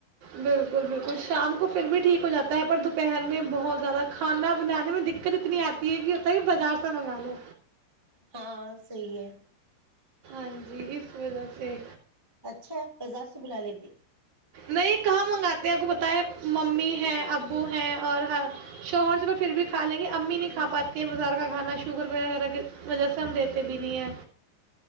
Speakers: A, on the right (about 55°); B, on the right (about 20°).
A: بالکل بالکل شام کو پھر بھی ٹھیک ہو جاتا ہے پر دوپہر میں بہت زیادہ کھانا بنانے میں دقت اتنی آتی ہے کہ ہوتا کہ بازار سے منگا لو
B: ہاں صحی ہے
A: ہاں جی سے
B: اچھا بازار سے بلا لیتے
A: نہیں کہاں منگاتے ہیں آپ کو پت ہے ممی ہے ابو ہیں اور شو ہاس میں پھر بھی کھا لیں گے امی نہیں کھا پاتی ہیں بازار کا کھانا شوگر وغیرہ کی وجہ سے ہم دیتے بھی نہیں ہے